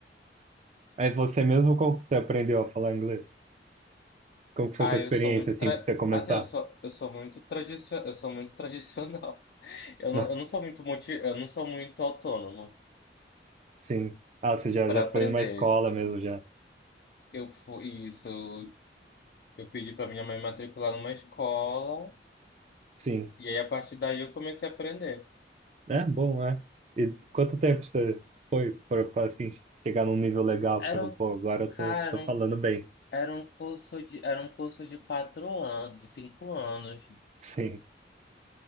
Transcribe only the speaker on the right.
Aí você mesmo, como que você aprendeu a falar inglês? Como que
foi sua experiência,
assim,
pra você começar?
Não,
sim. Ah, você já,
já
foi numa escola mesmo, já.
Sim.
É bom, é. E quanto tempo você foi pra, pra, assim, chegar num nível legal
que você falou,
pô, agora eu
tô,
tô
falando bem.
<laughs> Sim.